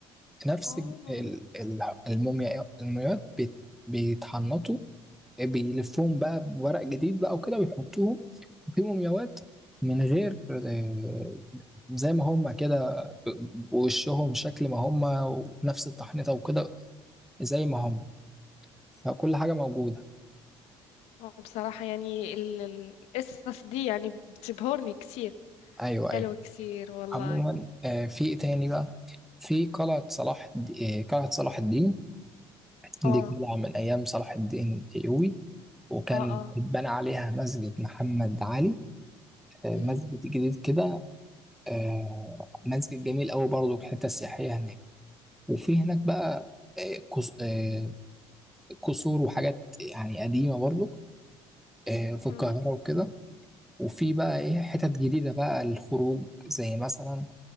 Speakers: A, in the centre; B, on the left.
A: نفس
B: اه
A: ال- ال- الموميا المومياوات بيت- بيتحنطوا بيلفوهم بقى بورق جديد بقى وكده ويحطوهم في مومياوات من غير آه، زي ما هم كده ب- بوشهم شكل ما هم ونفس التحنيطه وكده زي ما هم فكل حاجه موجوده
B: آه، بصراحة يعني ال- ال- القصص دي يعني بتبهرني كتير
A: ايوه
B: حلوة
A: ايوه
B: كتير والله
A: عموما آه، في ايه تاني بقى في قلعه صلاح الد- آه، قلعه صلاح الدين
B: اه
A: دي قلعة من أيام صلاح الدين الأيوبي وكان
B: اه اه
A: اتبنى عليها مسجد محمد علي آه،
B: مم.
A: مسجد جديد كده آه، مسجد جميل أوي برضه الحتة السياحية هناك وفي هناك بقى آه، قص- آه، قصور وحاجات يعني قديمة برضه آه، في القاهرة
B: مم.
A: وكده وفي بقى إيه حتت جديدة بقى للخروج زي مثلا